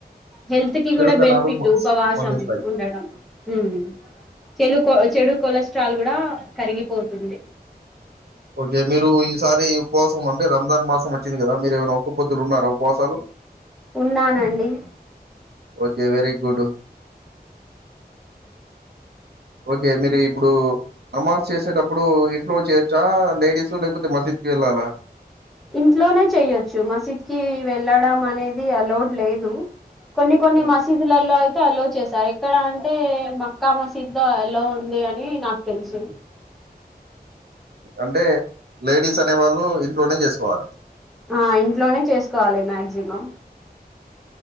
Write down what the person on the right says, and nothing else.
చెడు
కణాలు
మ
మరణిస్తాయి.
ఓకే మీరు ఈసారి ఉపవాసం అంటే రంజాన్ మాసం వచ్చింది కదా మీరు ఏమైనా ఓక్క పొద్దులు ఉన్నారా ఉపవాసాలు
ఓకే వెరీ గుడ్ ఓకే మీరు ఇప్పుడు నమాజ్ చేసేటప్పుడు ఇంట్లో చేయొచ్చా లేడీస్ లేకపోతే మజిద్కి వెళ్ళాలా
హ్మ్.
అంటే లేడీస్ స్ అనే వాళ్ళు ఇంట్లోనే చేసుకోవాలి